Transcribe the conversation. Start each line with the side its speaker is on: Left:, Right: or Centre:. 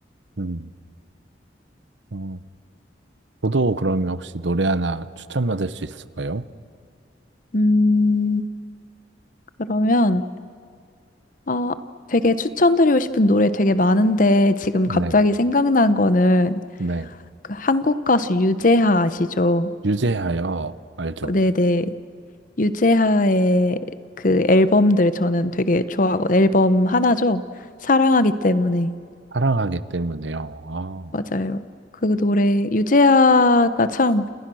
Right: 음. 어, 저도 그러면 혹시 노래 하나 추천받을 수 있을까요?
Left: 음, 그러면, 아, 되게 추천드리고 싶은 노래 되게 많은데 지금
Right: 네.
Left: 갑자기 생각난 거는
Right: 네.
Left: 그 한국 가수 유재하 아시죠?
Right: 유재하여 알죠?
Left: 네네. 유재하의 그 앨범들 저는 되게 좋아하고 앨범 하나죠. 사랑하기 때문에.
Right: 사랑하기 때문에요. 아,
Left: 맞아요. 그 노래 유재하가 참